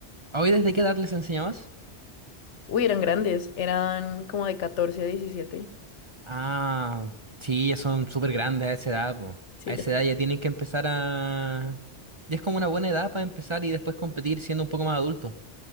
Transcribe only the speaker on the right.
¿A ¿Hoy desde qué edad les enseñabas?
Ah, sí, ya son súper grandes a esa edad, po.
A esa
edad ya tienen que empezar a... Ya es como una buena edad para empezar y después competir siendo un poco más adulto.